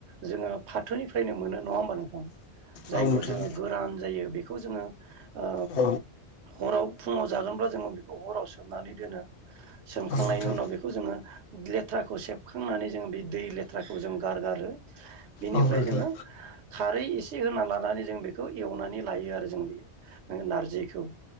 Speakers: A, on the right (about 80°); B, on the left (about 80°).
A: जोङो फाथोनिफ्रायनो मोनो नङा होमबा नोंथां । जायखौ
B: औ नोंथां
A: जोङो गोरान जायो । बेखौ जोङो ओ
B: औ
A: हराव फुङाव जागोनबा जोङो बेखौ हराव सोम मनानै दोनो सोमखांनायनि
B: औ नोंथां
A: उनाव बेखौ जोङो लेथ्राखौ सेबखांनानै जोङो बि दै लो लेथ्राखौ जों गारगारो बेनिफ्राय
B: औ नोंथां
A: जोहों खारै एसे होना लानानै जों बेखौ एवनानै लायो आरो जों बे ओ नारजिखौ